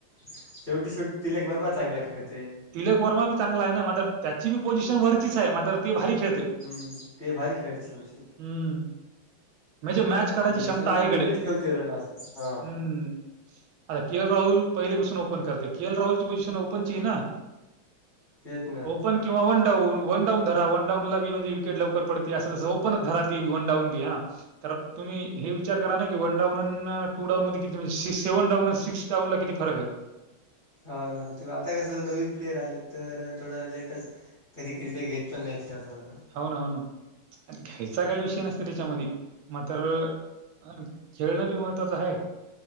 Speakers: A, on the left; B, on the right.
A: शेवटी शेवटी तिलेक वर्मा चांगला खेळतोय.
B: तिलक वर्मा बी चांगला आहे ना? मातर त्याची बी पोझिशन वरचीच आहे. मातर ते भारी खेळतय.
A: हम्म. ते भारी खेळत शेवट शेवट.
B: हम्म. म्हणजे मॅच काढायची क्षमता
A: जसे
B: आहे गडे.
A: मिडल ठेवते रन असं हा.
B: हम्म. आता के एल राहुल पहिले पाासून ओपन करते. के एल राहुलची पोझिशन ओपनची ये ना?
A: तेच ना.
B: ओपन किंवा वनडाऊन. वनडाउन धरा. वनडाऊन ला बी म्हणजे विकेट लवकर पड- ती अस तस. ओपनच धराती वनडाउन बी अं. तर तुम्ही हे विचार करा ना की, वन डाउन आणि टू डाऊन मध्ये किती म्हणजे <unintelligible> सेवन डाउन सिक्स डाऊनला किती फरक आहे?
A: हाव ना. ते आता कसं नवीन प्लेयर आलेत तर थोडं लेटच- कधी कधी तर घेत पण नाही के एल राहुल ला.
B: हो ना. हो ना. घ्यायचा काही विषय नसतो त्याच्यामध्ये मात्र - अन खेळणं बी महत्त्वाचं आहे-